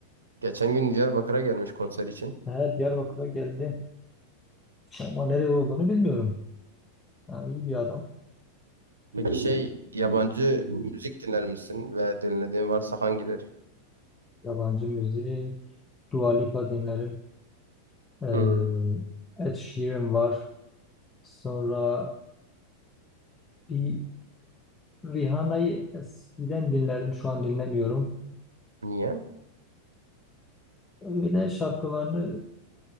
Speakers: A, on the right; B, on the left.
A: Geçen gün Diyarbakır'a gelmiş konser için.
B: Evet, Diyarbakır'a geldi. Ama nereye olduğunu bilmiyorum. Yani iyi bir adam.
A: Peki şey yabancı müzik dinler misin ve dinlediğin varsa hangileri?
B: Yabancı müziği, Dua Lipa dinlerim. Ee,
A: Hı.
B: Ed Sheeran var. Sonra bir Rihanna'yı eskiden dinlerdim. Şu an dinlemiyorum.
A: Niye?
B: Öyle şarkılarını